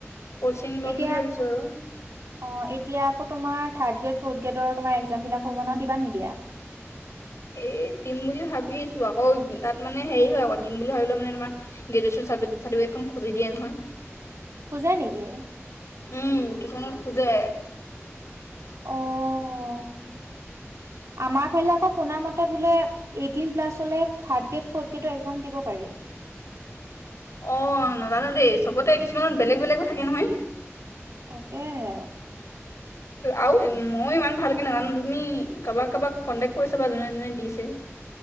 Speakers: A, on the left (about 75°); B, on the right (about 85°).
A: কচিং ল'ম
B: এতিয়া
A: বুলি
B: অ
A: ভাবিছোঁ আৰু
B: এতিয়া আকৌ তোমাৰ থাৰ্ড গ্ৰেড ফৰ্ গ্ৰেডৰ তোমাৰ একজামবিলাক হ'ব নহয়, দিবা নিদিয়া?
A: এই দিম বুলি ভাবিছো আকৌ তাত মানে হেৰি হয় আকৌ দিম বুলি ভাবিলও মানে তোমাৰ গ্ৰেজ চাৰ্টিফিকেটখন খুজি দিয়ে নহয়।
B: খোজে নেকি?
A: উম কিছুমানৰ খোজে।
B: অ' আমাৰ ফালে আকৌ শুনা মতে বোলে এইটিন প্লাছ হলে থাৰ্ড গ্ৰেড ফৰ্থ গ্ৰেডৰ এক্সাম দিব পাৰি।
A: অ নাজানো দেই চবতে কিছুমানত বেলেগ বেলেগো থাকে নহয়।
B: তাকে হে।
A: আৰু ময়ো ইমান ভালকে নাজানো তুমি কাৰোবাক কাৰোবাক কণ্টেক্ট কৰিছা বা যোনে জোনে দিছে।